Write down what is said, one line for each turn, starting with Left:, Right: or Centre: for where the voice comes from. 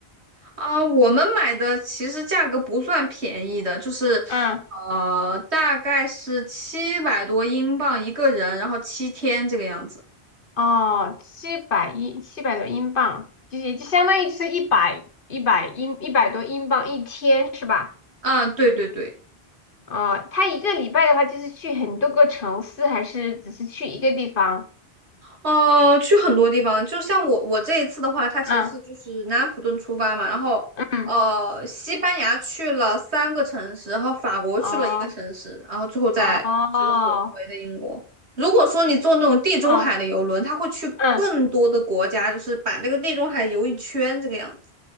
Right: 啊，我们买的其实价格不算便宜的，就是
Left: 嗯，
Right: 呃，大概是七百多英镑一个人，然后七天这个样子。
Left: 哦，七百一七百多英镑，就也就相当于就是一百一百英一百多英镑一天是吧？
Right: 嗯，对对对。
Left: 哦，他一个礼拜的话就是去很多个城市，还是只是去一个地方？
Right: 呃，去很多地方，就像我我这一次的话，它其实是就是南安普顿出发嘛，
Left: 嗯
Right: 然后呃，
Left: 嗯，
Right: 西班牙去了三个城市，然后法国去了一个城市，
Left: 哦
Right: 然后最后再就是回回的英国。
Left: 哦
Right: 如果说你坐那种地中海的游轮，
Left: 哦，
Right: 它会去更多的国家，
Left: 嗯，
Right: 就是把那个地中海游一圈这个样子。